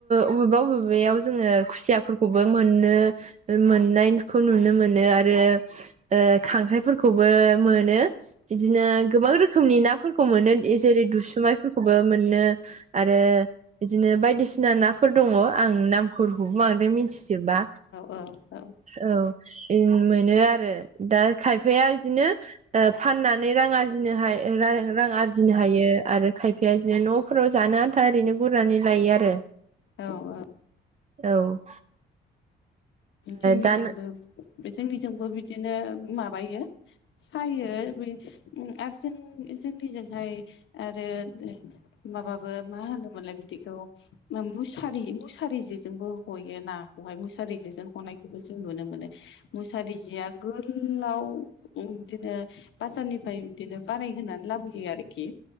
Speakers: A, on the right; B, on the left.
A: अबेबा अबेबायाव जोङो खुसियाफोरखौबो मोनो। मोननायखौ नुनो मोनो आरो ओ खांख्राइफोरखौबो मोनो। बिदिनो गोबां रोखोमनि नाफोरखौ मोनो जेरै दुसुमायफोरखौबो मोनो। आरो बिदिनो बायदिसिना नाफोर दङ आं नाम फोरखौबो बांद्राय मिथिजोबबा
B: औ औ
A: औ इन मोनो आरो दा खायफाया बिदिनो ओ फाननानै रां आरजिनो हायो रां आरजिनो हायो आरो खाय बेबायदिनो न'फोराव जानो आन्था ओरैनो गुरनानै लायो आरो।
B: औ औ
A: औ
B: जोंनिजोंबो
A: दा
B: बे जोंनिजोंबो बिदिनो माबायो। फायो बे आरो जों जोंनिजोंहाय आरो माबाबो मा होनोमोनलाय बिदिखौ मुसारि मुसारि जेजोंबो हयो नाखौहाय मुसारि जेजों हनायखौ खौबो जों नुनो मोनो मुसारि जेया गोलाव ओम बिदिनो बाजारनिफ्राय बिदिनो बानायहोनानै लाबोयो आरोखि